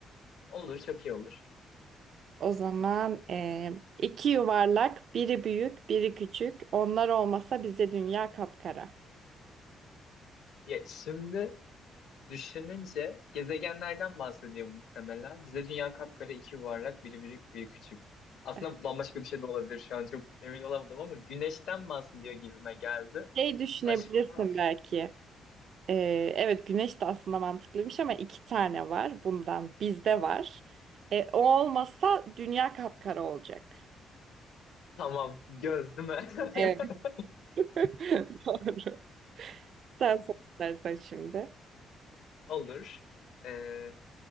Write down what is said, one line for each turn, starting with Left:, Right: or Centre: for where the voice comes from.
Left: Olur, çok iyi olur.
Right: O zaman e, iki yuvarlak, biri büyük, biri küçük. Onlar olmasa bize dünya kapkara.
Left: Ya şimdi düşününce gezegenlerden bahsediyor muhtemelen. Bize dünya kapkara, iki yuvarlak, biri büyük, biri küçük. Aslında
Right: Evet.
Left: bambaşka bir şey de olabilir şu an çok emin olamadım ama güneşten bahsediyor gibime geldi.
Right: Şey düşünebilirsin
Left: Başka?
Right: belki. Ee, evet güneş de aslında mantıklıymış ama iki tane var bundan bizde var. Ee, o olmasa dünya kapkara olacak.
Left: Tamam, göz değil mi? <laughs>
Right: Evet. <laughs> Doğru. Sen sor istersen şimdi.
Left: Olur. Ee,